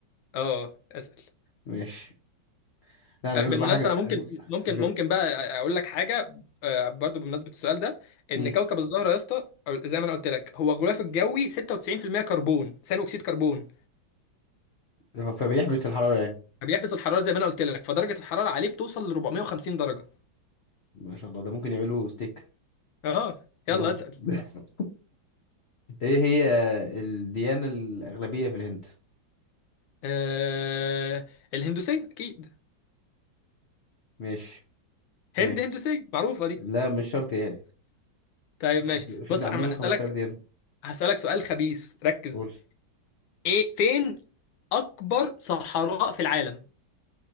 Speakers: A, on the left; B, on the left.
A: اه اسأل
B: ماشي لا أنا
A: آه،
B: هجيب
A: بالمناسبة
B: لك بقى حاجة
A: انا ممكن
B: هجيب
A: ممكن
B: هجيب
A: ممكن بقى اقول لك حاجة آه، برضو بمناسبة السؤال ده ان
B: مم.
A: كوكب الزهرة يا اسطى أو زي ما انا قلت لك هو غلاف الجوي 96% كربون ثاني اكسيد كربون
B: ف- فبيحبس الحرارة يعني
A: فبيحبس الحرارة زي ما انا قلت لك فدرجة الحرارة عليه بتوصل ل 450 درجة
B: ما شاء الله ده ممكن يعملوا ستيك
A: اه يلا
B: ده
A: اسأل
B: <laughs> ايه هي الديانة الأغلبية في الهند
A: آه الهندوسية أكيد
B: ماشي
A: هند
B: ماشي
A: هندوسية معروفة دي
B: لا مش شرط يعني
A: طيب
B: بس
A: ماشي
B: في-
A: بص
B: ده
A: يا
B: عندهم
A: عم أنا
B: 5000
A: هسألك
B: ديانة
A: هسألك سؤال خبيث ركز
B: قول
A: إيه فين أكبر صحراء في العالم